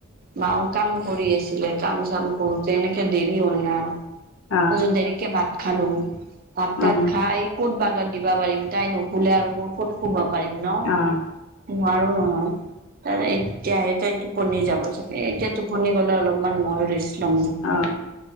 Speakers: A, on the right (about 45°); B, on the left (about 80°).
A: মাও কাম কৰি আছিলে। কাম চাম কৰোতে এনেকে দেৰি হল না
B: অ',
A: তাছত দেৰিকে ভাত খালো। ভাত তাত
B: অ',
A: খাই ক'ত বাগাত দিব পাৰিম তাই নুখুলে আৰু মই ক'ত- শুব পাৰিম ন,
B: অ',
A: নোৱাৰো নহয়। ত এতিয়াহে তাই টোপনি যাব চাগে, এতিয়া টোপনি গলে অলপমান ময়ো ৰেছ- লম লয়,
B: অ',